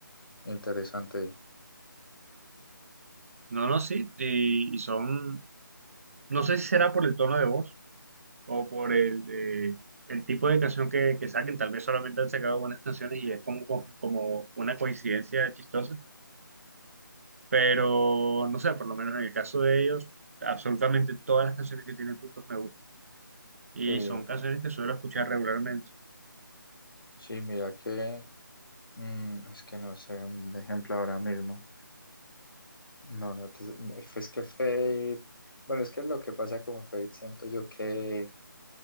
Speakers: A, on the left; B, on the right.
A: Interesante.
B: No, no, sí, y, y son, no sé si será por el tono de voz o por el, eh, el tipo de canción que, que saquen. Tal vez solamente han sacado buenas canciones y es como, como, como una coincidencia chistosa, pero no sé, por lo menos en el caso de ellos, absolutamente todas las canciones que tienen juntos me gustan. Y
A: Sí,
B: son canciones que suelo escuchar regularmente.
A: sí, mira que mm, es que no sé un ejemplo ahora mismo. No, no, te- es que Fade, bueno, es que es lo que pasa con Fade, siento yo que